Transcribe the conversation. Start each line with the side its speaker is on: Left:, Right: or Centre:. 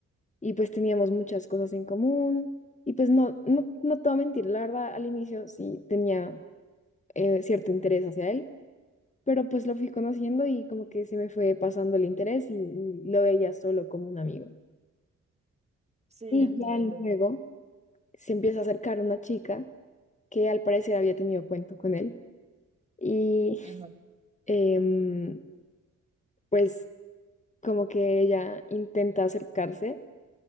Left: y pues teníamos muchas cosas en común y pues no, no, no te voy a mentir, la verdad al inicio sí tenía eh, cierto interés hacia él pero pues lo fui conociendo y como que se me fue pasando el interés y, y lo veía solo como un amigo.
Right: sí,
Left: Y
Right: entiendo.
Left: ya luego se empieza a acercar una chica que al parecer había tenido cuento con él y
Right: Híjole,
Left: em, pues como que ella intenta acercarse